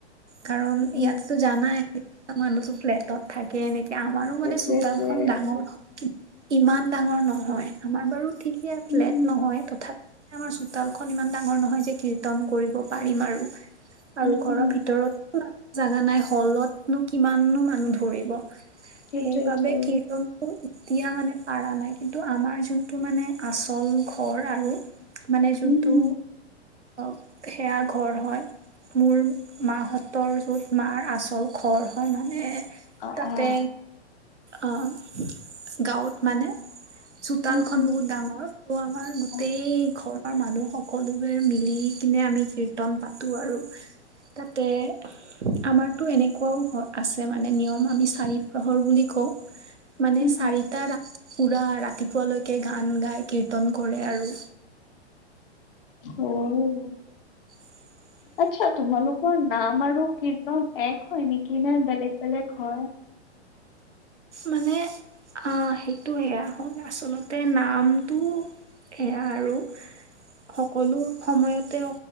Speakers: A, on the right (about 85°); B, on the left (about 55°).
A: কাৰণ ইয়াততো
B: উম
A: জানাই, <unintelligible> ফ্লেটত থাকে এনেক কে, আমাৰো
B: সেইটোৱেটোৱে
A: মানে চোতালখন ডাঙৰ হয়, কি ইমান ডাঙৰ নহয়, আমাৰ বাৰু ঠিকে ফ্লেট
B: উম হম
A: নহয়, তথা আমাৰ চোতালখন ইমান ডাঙৰ নহয় যে কীৰ্তন কৰিব পাৰিম আৰু, আৰু
B: উম
A: ঘৰৰ
B: হম
A: ভিত <unintelligible> জাগা নাই হলতনো কিমানো মানুহ ধৰিব।
B: সেইটোৱেটোৱে
A: সেইবাবে কীৰ্তনটো, ওতিয়া মানে পাৰা নাই। কিন্তু আমাৰ জোনটো মানে আচল ঘৰ আৰু, মানে জোনটো
B: উম হম
A: অক সেয়া ঘৰ হয়, মোৰ মাহঁতৰ য'ত মাৰ আচল ঘৰ হয় মানে
B: অ
A: তাতে,
B: অ
A: অ', গাঁৱত মানে চোতালখন
B: উম উম
A: বহুত ডাঙৰ, ত' আমাৰ গোটেই
B: অ
A: ঘৰৰ মানুহ সকলোবোৰে মিলি কিনে আমি কীৰ্তন পাতোঁ আৰু। তাতে, আমাৰতো এনেকুৱাও হ আছে মানে নিয়ম আমি চাৰি‍প্ৰহৰ বুলি কওঁ। মানে
B: উম
A: চাৰিটা
B: উম
A: ৰা পুৰা ৰাতিপুৱালৈকে গান গাই কীৰ্তন কৰে আৰু।
B: অ'।
A: <inaudible>
B: আচ্ছা, তোমালোকৰ নাম আৰু কীৰ্তন এক হয় নেকি নে বেলেগ বেলেগ হয়?
A: মানে আ সেইটো সেয়া হ'ল আচলতে নামটো সেয়া আৰু, সকলো সময়তে